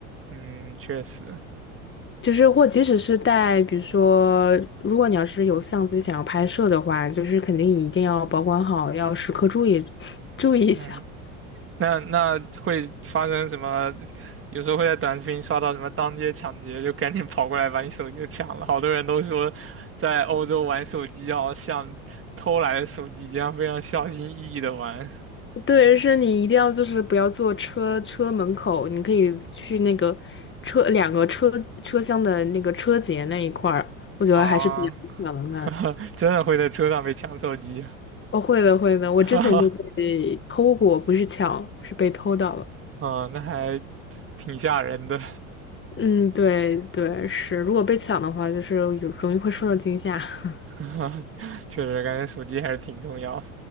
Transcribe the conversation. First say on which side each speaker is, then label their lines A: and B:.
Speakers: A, on the right; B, on the left.
A: 嗯，确实，
B: 就是或即使是带，比如说，如果你要是有相机想要拍摄的话，就是肯定一定要保管好，要时刻注意 <laughs> 注意一下。
A: 嗯，那那会发生什么？有时候会在短视频刷到什么当街抢劫，就赶紧跑过来把你手机就抢了。好多人都说，在欧洲玩手机要像偷来的手机一样，非常小心翼翼的玩
B: 对，是你一定要就是不要坐车车门口，你可以去那个车两个车车厢的那个车节那一块儿，我觉得还是比较影响的那
A: 啊，<laughs> 真的会在车上被抢手机，
B: 哦，会的会的，
A: <laughs>
B: 我之前就被偷过，
A: 哈
B: 不是抢，是被偷到了。
A: 啊，那还挺吓人的，
B: 嗯，对对是，如果被抢的话，就是有容易会受到惊吓。<laughs>
A: <laughs> 确实感觉手机还是挺重要的。